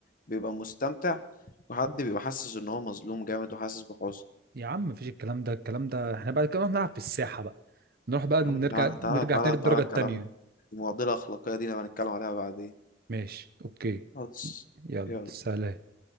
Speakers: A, on the left; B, on the right.
A: بيبقى مستمتع وحد بيبقى حاسس ان هو مظلوم جامد وحاسس بحزن
B: يا عم مفيش الكلام ده الكلام ده احنا بعد كده نروح نلعب في الساحة بقى نروح بقى نرجع
A: يا عم تعالى تعالى
B: نرجع
A: تعالى
B: تاني الدرجة
A: تعالى الكلام
B: التانية
A: المعضلة الأخلاقية دي نبقى نتكلم عليها بعدين
B: ماشي اوكي
A: خلاص
B: يلا
A: يلا
B: سلام